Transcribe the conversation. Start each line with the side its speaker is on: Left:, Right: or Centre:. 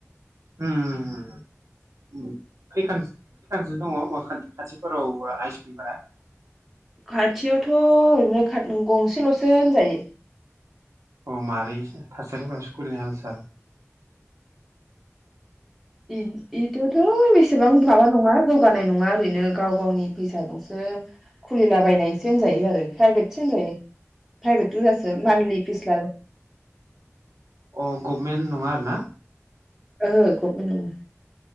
Right: उम हम हम खैखानस-खैखानसो दङ माख खाथिफोराव हाइ स्कुलफोरा
Centre: खाथियावथ' ओरैनो खा गंसेल'सो होनजायो।
Right: अ मारै सोल थासारिफोरा स्कुलनि हाल साल
Centre: इद-इदोथ' बेसेबां माबा नङा जौगानाय नङा ओरैनो गाव गावनि फैसाजोंसो खुलिलाबायनायसो होनजायो आरो प्राइभेटसो होनजायो। प्राइभेटगोजासो मान्थलि फिस लाजो
Right: अ गभमेन्ट नङा आरोना
Centre: ओहो गभमेन्ट नङा।